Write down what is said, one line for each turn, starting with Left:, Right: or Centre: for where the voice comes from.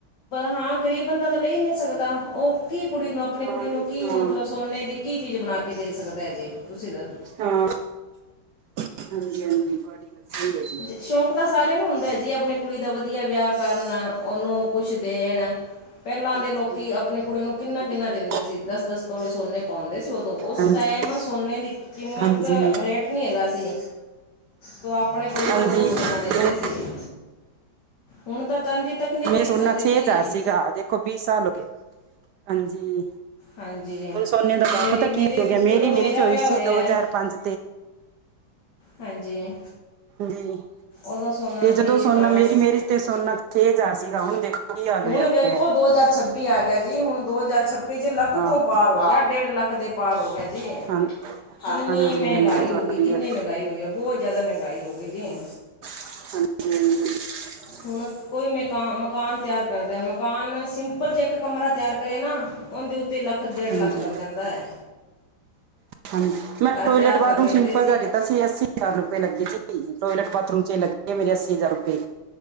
Left: ਹਾਂ ਗ਼ਰੀਬ ਬੰਦਾ ਤਾਂ ਲੈ ਨੀ ਸਕਦਾ, ਉਹ ਕੀ ਕੁੜੀ ਨੂੰ ਆਪਣੀ
Right: ਹਾਂ
Left: ਕੁੜੀ ਨੂੰ
Right: ਵੀ
Left: ਕੀ
Right: ਹਾਂ
Left: ਮਤਲਬ ਸੋਨੇ ਦੀ ਕੀ ਚੀਜ਼ ਬਣਾ ਕੇ ਦੇ ਸਕਦਾ ਜੀ, ਤੁਸੀਂ ਦ
Right: ਹਾਂ ਹਾਂਜੀ ਹਾਂਜੀ, ਤੁਹਾਡੀ ਗੱਲ ਸਹੀ ਐ ਜੀ।
Left: ਸ਼ੌਕ ਤਾਂ ਸਾਰਿਆਂ ਨੂੰ ਹੁੰਦਾ ਐ ਜੀ, ਆਪਣੀ ਕੁੜੀ ਦਾ ਵਧੀਆ ਵਿਆਹ ਕਰਨ ਉਹਨੂੰ ਕੁਛ ਦੇਣ ਪਹਿਲਾਂ
Right: ਹਾਂਜੀ
Left: ਦੇ ਲੋਕ ਆਪਣੀ ਕੁੜੀ ਨੂੰ ਕਿੰਨਾ
Right: ਹਾਂਜੀ
Left: ਕਿੰਨਾ ਦਿੰਦੇਂ ਸੀ, ਦਸ ਦਸ ਤੌਲੇ ਸੋਨੇ ਪਾਉਂਦੇ ਸੀ ਉਦੋਂ ਉਸ
Right: ਹਾਂਜੀ
Left: ਟੈਮ ਸੋਨੇ ਦੀ ਕੀਮਤ
Right: ਹਾਂਜੀ
Left: ਰੇਟ ਕੱਟ ਨਹੀਂ ਹੈਗਾ ਸੀ, ਤੋਂ ਆਪਣੀ ਕੁੜੀ ਨੂੰ
Right: ਹਾਂਜੀ
Left: ਬਹੁਤ ਸੋਨਾ
Right: ਮੈਂ
Left: ਦਿੰਦੇ ਸੀਗੇ। ਹੁਣ ਤਾਂ ਚਾਂਦੀ
Right: ਮੈਂ ਸੋਨਾ
Left: ਸਕਦੇ ਜੀ
Right: ਛੇ ਹਜ਼ਾਰ ਸੀਗਾ ਦੇਖੋ ਵੀਹ ਸਾਲ ਹੋ ਗਏ, ਹਾਂਜੀ,
Left: ਹਾਂਜੀ
Right: ਹੁਣ ਸੋਨੇ ਦਾ
Left: ਮੇਰੀ
Right: ਵਾ ਪਤਾ
Left: ਮੇਰੇ
Right: ਕੀ ਹੋ ਗਿਆ,
Left: ਜਦੋਂ
Right: ਮੇਰੀ
Left: ਮੇਰਾ
Right: ਮੇਰੀ ਚੋਇਸ
Left: ਵਿਆਹ
Right: ਸੀ,
Left: ਹੋਇਆ
Right: ਦੋ ਹਜ਼ਾਰ ਪੰਜ
Left: ਹਾਂਜੀ।
Right: ਜੀ
Left: ਉਦੋਂ ਸੋਨਾ
Right: ਤੇ ਜਦੋਂ
Left: ਠੀਕ
Right: ਸੋਨਾ
Left: ਹਾਂ
Right: ਮੇਰੀ ਮੈਰੀਜ ਤੇ ਸੋਨਾ ਛੇ ਹਜ਼ਾਰ ਸੀਗਾ, ਹੁਣ ਦੇਖੋ ਕੀ ਹਾਲ
Left: ਹੁਣ
Right: ਹੋਇਆ
Left: ਵੇਖੋ
Right: ਪਿਆ ਹੈ।
Left: ਦੋ ਹਜ਼ਾਰ ਛੱਬੀ ਆ ਗਿਆ ਜੀ, ਹੁਣ ਦੋ ਹਜ਼ਾਰ ਛੱਬੀ ਤੇ ਜੇ ਲੱਖ
Right: ਹਾਂ
Left: ਤੋਂ ਪਾਰ ਹੋ ਗਿਆ, ਡੇਢ ਲੱਖ ਦੇ ਪਾਰ ਹੋ ਗਿਆ ਜੀ।
Right: ਹਾਂ
Left: ਕਿੰਨੀ
Right: ਹਾਂਜੀ
Left: ਮਹਿੰਗਾਈ
Right: ਹਾਂਜੀ
Left: ਹੋ
Right: ਤੁਹਾਡੀ
Left: ਗਈ, ਕਿੰਨੀ
Right: ਗੱਲ
Left: ਮਹਿੰਗਾਈ ਹੋਈ ਆ, ਬੌਤ ਜੈਦਾ ਮਹਿੰਗਾਈ ਹੋ ਗਈ ਜੀ।
Right: ਹਾਂਜੀ-ਹਾਂਜੀ।
Left: ਹੁਣ ਕੋਈ ਮੇਕਾ ਮਕਾਨ ਤਿਆਰ ਲੱਗਦਾ, ਮਕਾਨ ਸਿੰਪਲ ਜੇ ਇੱਕ ਕਮਰਾ ਤਿਆਰ ਕਰੇ ਨਾ, ਉਨਦੇ ਉ ਤੇ ਲੱਖ-ਡੇਢ
Right: ਹਾਂਜੀ
Left: ਲੱਖ ਲੱਗ ਜਾਂਦਾ ਐ।
Right: ਹਾਂਜੀ, ਮੈਂ ਟੋਇਲੇਟ
Left: ਤਿਆਰ
Right: ਬਾਥਰੂਮ
Left: ਕਰ ਲੈਂਦੇ
Right: ਸਿੰਪਲ ਜਿਹਾ ਕੀਤਾ ਸੀ, ਅੱਸੀ ਹਜਾਰ ਰੁਪਏ ਲੱਗੇ ਸੀ, ਟੋਇਲੇਟ ਬਾਥਰੂਮ ਚ ਲੱਗੇ ਮੇਰੇ ਅੱਸੀ ਹਜ਼ਾਰ ਰੁਪਏ।